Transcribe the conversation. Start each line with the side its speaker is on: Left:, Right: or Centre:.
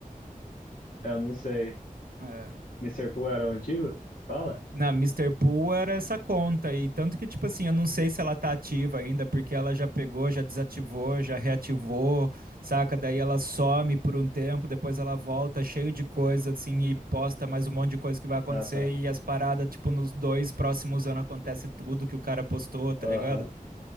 Left: eu não sei.
Right: é,
Left: mister Pooh era o antigo? Você fala?
Right: Na Mister Pool era essa conta e tanto que tipo assim, eu não sei se ela tá ativa ainda, porque ela já pegou, já desativou, já reativou, saca? Daí ela some por um tempo, depois ela volta cheio de coisa assim e posta mais um monte de coisa que vai acontecer
Left: Ah, tá.
Right: e as paradas tipo nos dois próximos anos acontece tudo que o cara postou, tá
Left: Aham,
Right: ligado?